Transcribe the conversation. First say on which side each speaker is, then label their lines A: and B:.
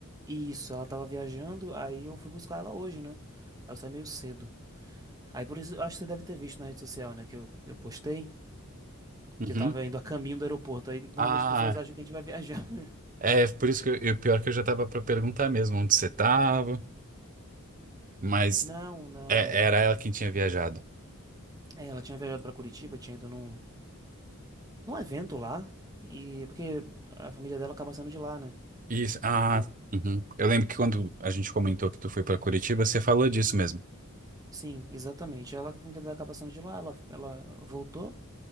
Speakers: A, on the right; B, on the right.
A: isso, ela tava viajando, aí eu fui buscar ela hoje, né? Aí eu saí meio cedo. Aí por isso, eu acho que você deve ter visto na rede social, né, que eu, eu postei
B: Uhum.
A: que eu tava indo a caminho do aeroporto. Aí normalmente
B: Ah,
A: as pessoas acham que a gente vai viajar. <laughs>
B: é por isso que eu, eu- pior que eu já tava pra perguntar mesmo onde você tava, mas
A: Não, não,
B: é-
A: é.
B: era ela quem tinha viajado.
A: É, ela tinha viajado pra Curitiba, tinha ido num, num evento lá, e porque a família dela acaba sendo de lá, né?
B: Isso, ah,
A: E eu,
B: uhum. Eu lembro que quando a gente comentou que tu foi pra Curitiba, você falou disso mesmo.
A: sim, exatamente. Ela, a família dela acaba sendo de lá, ela, ela voltou,